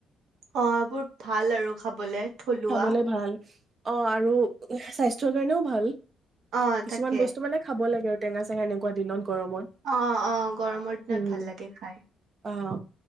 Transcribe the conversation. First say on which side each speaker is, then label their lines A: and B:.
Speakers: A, on the right (about 65°); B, on the right (about 30°).
A: অ এইবোৰ ভাল আৰু খাবলে থলুৱা
B: খাবলৈ ভাল। অ আৰু স্বাস্থ্যৰ কাৰণেও ভাল।
A: অ
B: কিছুমান
A: তাকে
B: বস্তু মানে খাব লাগে আৰু টেঙা চেঙা এনেুৱা দিনত। গৰমত
A: অ অ গৰমৰ দিনত
B: উম
A: ভাল লাগে খাই
B: অ